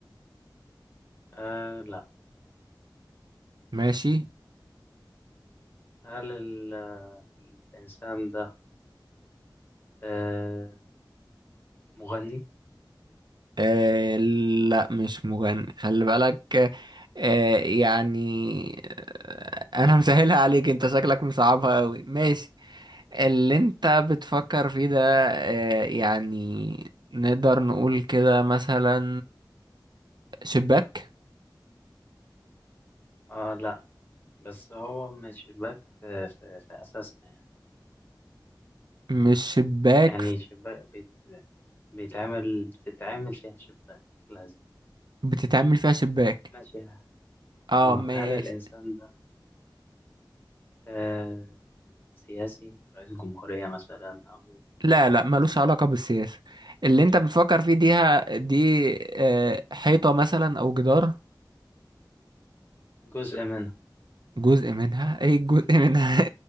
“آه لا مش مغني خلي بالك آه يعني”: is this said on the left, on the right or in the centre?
Right